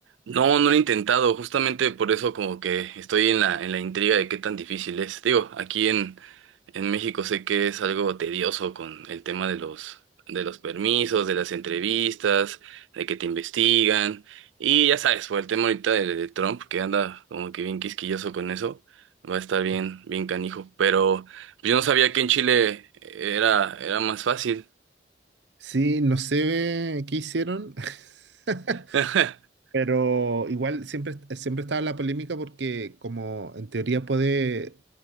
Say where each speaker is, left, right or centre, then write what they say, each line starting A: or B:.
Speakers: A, on the right (about 85°); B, on the right (about 65°).
A: No, no lo he intentado, justamente por eso como que estoy en la, en la intriga de qué tan difícil es. Digo, aquí en, en México sé que es algo tedioso con el tema de los, de los permisos, de las entrevistas, de que te investigan. Y ya sabes, por el tema ahorita de, de Trump, que anda como que bien quisquilloso con eso, va a estar bien,
B: Claro.
A: bien canijo. Pero pues, yo no sabía que en Chile era, era más fácil.
B: Sí, no sé qué hicieron, <laughs>
A: <laughs>
B: pero igual siempre, siempre estaba la polémica porque como en teoría puede,